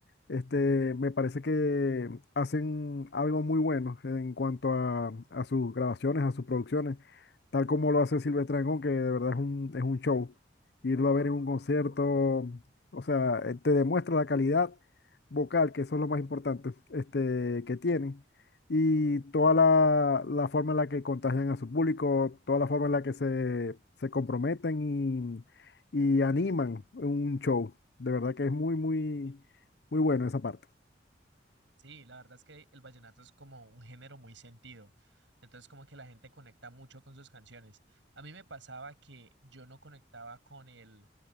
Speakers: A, on the left; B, on the right.
A: este, me parece que hacen algo muy bueno en cuanto a, a sus grabaciones, a sus producciones, tal como lo hace Silvestre Dangond, que de verdad es un, es un show. Irlo a ver en un concierto, o sea, eh, te demuestra la calidad vocal, que eso es lo más importante, este, que tienen y toda la, la forma en la que contagian a su público, toda la forma en la que se, se comprometen y, y animan un show. De verdad que es muy, muy, muy bueno esa parte.
B: Sí, la verdad es que el vallenato es como un género muy sentido. Entonces, como que la gente conecta mucho con sus canciones. A mí me pasaba que yo no conectaba con el,